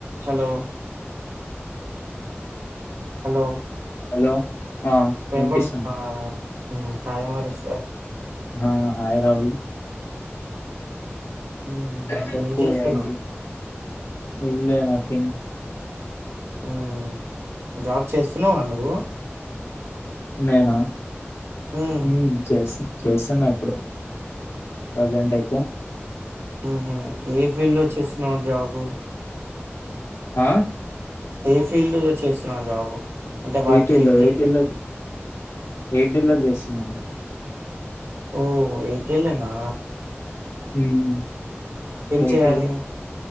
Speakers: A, on the right; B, on the left.
A: హలో హలో
B: హలో ఆ
A: వినబడుతుందా
B: వినిపిస్తుంది
A: ఆ హయమరశర్
B: హా హాయ్ రాహుల్
A: మ్
B: చెప్పు
A: ఏం చేస్తున్నావ్
B: ఏంటి ఏంలేదు నథింగ్
A: ఉమ్ జాబ్ చేస్తున్నావా నువ్వు
B: నేనా
A: మ్
B: ఉమ్ చేస్ చేస్తన్నా ఇప్పుడు ప్రజెంటయితే
A: ఉహు ఏ ఫీల్డ్ లో చేస్తున్నావు జాబు
B: ఆ
A: ఏ ఫీల్డ్ లో చేస్తున్నావు జాబు అంటే వర్క్
B: ఎయిర్టెల్
A: ఏంటి
B: ఎయిర్టెల్ లో ఎయిర్టెల్ లో చేస్తున్నాం.
A: ఓ ఏర్టెల్లేనా
B: ఉమ్ ఎయిర్టెల్
A: చేయాలి